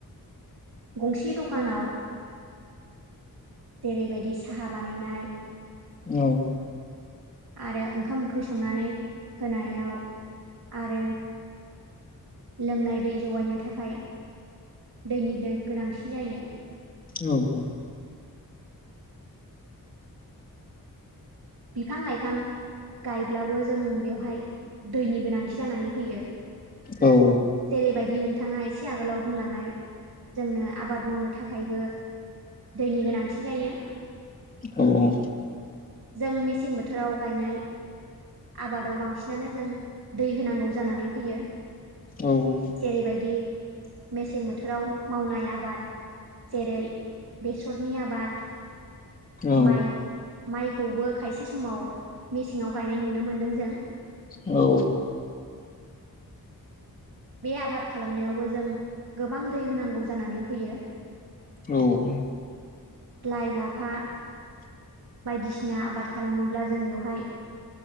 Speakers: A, on the right; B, on the left.
A: गंसे दकानाव देरैबायदि साहा बानायनाय
B: औ
A: आरो ओंखाम ओंख्रि संनानै होनायाव आरो लोंनाय दै जगायनो थाखाय दैनि दै गोनांथि जायो।
B: औ औ
A: बिफां लाइफां गायब्लाबो जों बेवहाय दैनि गोनांथि जानानै फैयो
B: औ
A: जेरैबायदि नोंथाङा एसे आगोलाव बुंलांनाय जोंनो आबाद मावनो थाखायबो दैनि गोनांथि जायो
B: औ औ
A: जों मेसें बोथोराव गायनाय आबादाव बांसिनानो जों दै होनांगौ जानानै फैयो
B: औ
A: जेरैबायदि मेसें बोथोराव मावनाय आबाद जेरै बेसरनि आबाद
B: औ
A: माइ माइखौबो खायसे समाव मेसेंआव गायनाय नुनो मोन्दों जों
B: औ
A: बे आबाद खालामनायावबो जों गोबां दै होनांगौ जानानै फैयो
B: औ औ
A: लाइ लाफा बायदिसिना आबाद खालामोब्ला जों बेवहाय